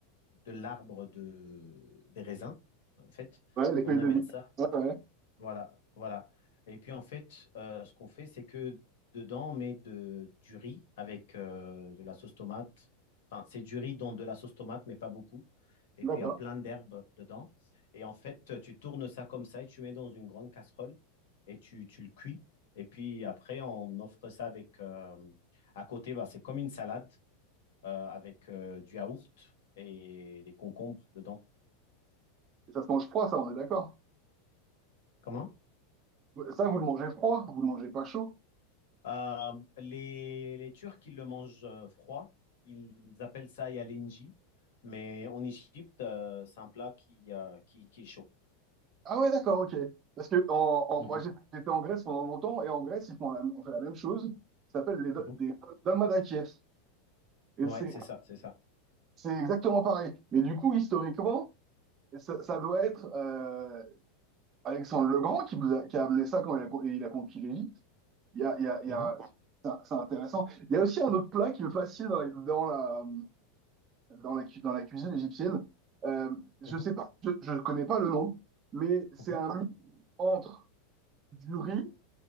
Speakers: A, on the left (about 75°); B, on the right (about 25°).
A: de l'arbre de, des raisins, en fait.
B: ouais, les feuilles
A: On amène
B: de vie.
A: ça.
B: Ouais, ouais,
A: Voilà, voilà. Et puis en fait, euh, ce qu'on fait, c'est que dedans, on met de, du riz avec euh, de la sauce tomate. Enfin, c'est du riz dans de la sauce tomate, mais pas beaucoup. Et
B: d'accord.
A: puis il y a plein d'herbes dedans. Et en fait, tu tournes ça comme ça et tu mets dans une grande casserole et tu, tu le cuis. Et puis après, on offre ça avec. euh, à côté, bah, c'est comme une salade euh, avec euh, du yaourt et des concombres dedans.
B: Et ça se mange froid, ça, on est d'accord.
A: Comment?
B: Ça, vous le mangez froid, vous le mangez pas chaud.
A: Euh, les, les Turcs, ils le mangent euh, froid. Ils appellent ça yalenji. Mais en Égypte, euh, c'est un plat qui, euh, qui, qui est chaud.
B: Ah ouais, d'accord, ok. Parce que en, en-
A: Mhm,
B: moi, j'ai- j'étais en Grèce pendant longtemps, et en Grèce, ils font la, on fait la même chose. Ça s'appelle les do-
A: mhm.
B: des dalmadakiès. Et
A: Ouais,
B: c'est
A: c'est ça, c'est ça.
B: c'est exactement pareil. Mais du coup, historiquement, ça, ça doit être euh, Alexandre le Grand qui, nous a, qui a amené ça quand il a, con- il a conquis l'Égypte. Il y a, il y a, il
A: Mhm,
B: y a, c'est c'est intéressant. Il y a aussi un autre plat qui me fascine dans, dans la, dans la, cu- dans la cuisine égyptienne. Euh, je
A: mhm,
B: sais pas, je, je connais pas le nom, mais c'est
A: mhm.
B: un mix entre du riz